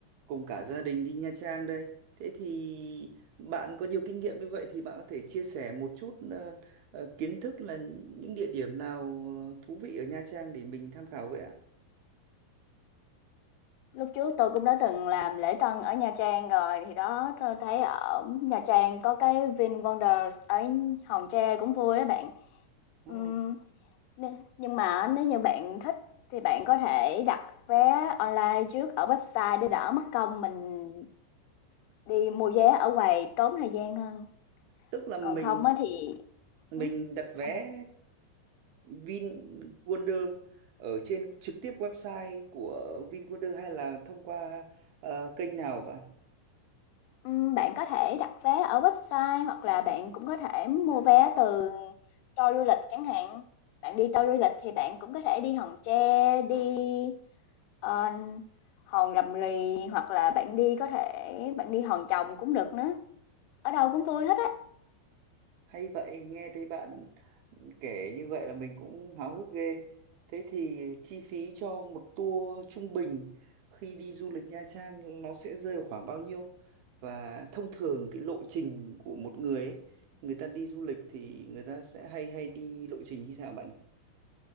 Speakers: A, on the right; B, on the left.
A: cùng cả gia đình đi Nha Trang đây. Thế thì bạn có nhiều kinh nghiệm như vậy thì bạn có thể chia sẻ một chút ờ, ờ, kiến thức là những địa điểm nào ờ, thú vị ở Nha Trang để mình tham khảo vậy ạ?
B: Lúc trước tôi cũng đã từng làm lễ tân ở Nha Trang rồi, thì đó tôi thấy ở Nha Trang có cái VinWonders ở Hòn Tre cũng vui á bạn.
A: Ồ,
B: Ừm, nhưng nhưng mà nếu như bạn thích thì bạn có thể đặt vé online trước ở website để đỡ mất công mình Đi mua vé ở quầy tốn thời gian hơn,
A: tức là mình
B: còn không á thì
A: mình
B: ừm,
A: đặt
B: sao
A: vé
B: bạn?
A: Vinwonder ở trên trực tiếp website của Vinwonder hay là thông qua ờ, kênh nào bạn?
B: Ừm, bạn có thể đặt vé ở website hoặc là bạn cũng có thể mua vé từ tour du lịch chẳng hạn. Bạn đi tour du lịch thì bạn cũng có thể đi Hòn Tre, đi, ờ, Hòn Rầm Rì hoặc là bạn đi có thể bạn đi Hòn chồng cũng được nữa, ở đâu cũng vui hết á.
A: Hay vậy, nghe thấy bạn kể như vậy là mình cũng háo hức ghê. Thế thì chi phí cho một tour trung bình khi đi du lịch Nha Trang nó sẽ rơi vào khoảng bao nhiêu? Và thông thường cái lộ trình của một người ấy, người ta đi du lịch thì người ta sẽ hay hay đi lộ trình như thế nào bạn